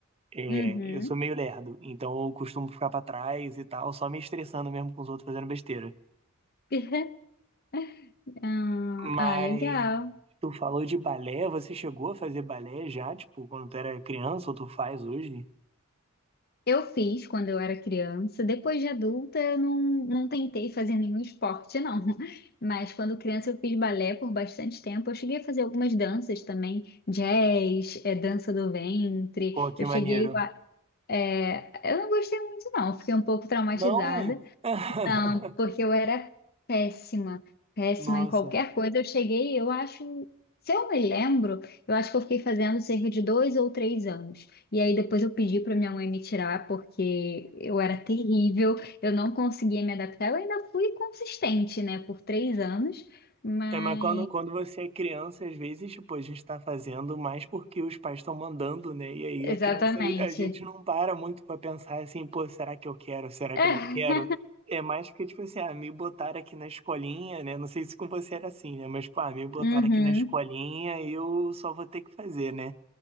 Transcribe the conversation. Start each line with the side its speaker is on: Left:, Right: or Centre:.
Right: É,
Left: Uhum.
Right: eu sou meio lerdo, então eu costumo ficar pra trás e tal, só me estressando mesmo com os outros fazendo besteira.
Left: <laughs> Ah,
Right: Mas
Left: ah, legal.
Right: tu falou de balé, você chegou a fazer balé já, tipo, quando tu era criança ou tu faz hoje?
Left: Eu fiz quando eu era criança. Depois de adulta, eu não, não tentei fazer nenhum esporte, não. <laughs> Mas quando criança, eu fiz balé por bastante tempo. Eu cheguei a fazer algumas danças também, jazz, eh, dança do ventre.
Right: Pô, que
Left: Eu
Right: maneiro.
Left: cheguei a. eh, eu não gostei muito, não. Fiquei um pouco traumatizada.
Right: Não! <laughs>
Left: Não, porque eu era péssima, péssima
Right: Nossa,
Left: em qualquer coisa. Eu cheguei, eu acho, se eu me lembro, eu acho que eu fiquei fazendo cerca de dois ou três anos. E aí depois eu pedi para minha mãe me tirar, porque eu era terrível, eu não conseguia me adaptar. Eu ainda fui consistente, né, por três anos, mas.
Right: É, mas quando, quando você é criança, às vezes, tipo, a gente tá fazendo mais porque os pais estão mandando, né? E aí a
Left: Exatamente.
Right: criança, a gente não para muito pra pensar assim, pô, será que eu quero? Será
Left: É.
Right: que eu não quero? É mais que, tipo assim, ah, me botaram aqui na escolinha, né? Não sei se com você era assim, né? Mas, pô, ah, me botaram
Left: Uhum.
Right: aqui na escolinha eu só vou ter que fazer, né?